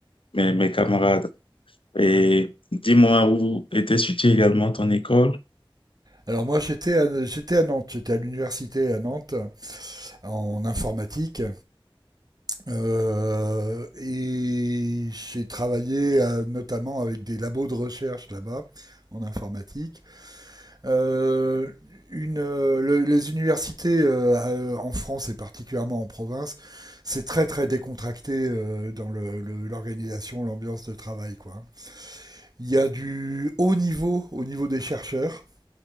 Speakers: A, on the left; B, on the right.
A: mes, mes camarades. Et dis-moi, où était située également ton école?
B: Alors, moi, j'étais à, j'étais à Nantes, j'étais à l'université à Nantes, en informatique, euh, et j'ai travaillé euh, notamment avec des labos de recherche là-bas, en informatique. Euh, une, euh, le- les universités euh, euh, en France et particulièrement en province, c'est très très décontracté euh, dans le- le- l'organisation, l'ambiance de travail, quoi. Il y a du haut niveau au niveau des chercheurs